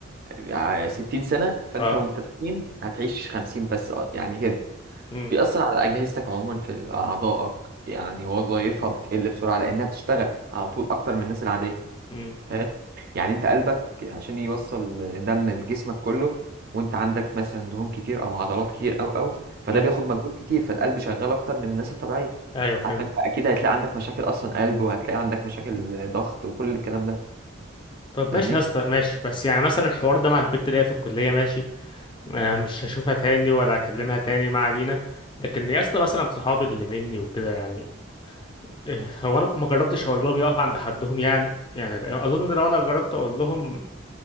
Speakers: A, on the right; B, on the left.
A: ع- 60 سنة فانت
B: اه
A: وانت تخين هتعيش 50 بس آه، يعني كده
B: امم
A: بيأثر على أجهزتك عموما في أعضائك يعني وظائفها بتقل بسرعة لأنها بتشتغل على طول أكتر من الناس العادية
B: امم
A: فاهم يعني انت قلبك عشان يوصل دم لجسمك كله وانت عندك مثلا دهون كتير او عضلات كتير او او فده
B: امم
A: بياخد مجهود كتير فالقلب شغال اكتر من الناس الطبيعيه
B: ايوه فهمت.
A: حتى انت اكيد هتلاقي عندك مشاكل اصلا قلب وهتلاقي عندك مشاكل ضغط وكل الكلام ده
B: طب
A: فاهمني
B: ماشي يا اسطى ماشي بس يعني مثلا الحوار ده مع البت اللي هي في الكلية ماشي آه، مش هشوفها تاني ولا اكلمها تاني ما علينا لكن يا اسطى مثلا صحابي اللي مني وكده يعني إيه، هو انا ما جربتش اقول لهم يقفوا عند حدهم يعني يعني لا- اظن ان لو انا جربت اقول لهم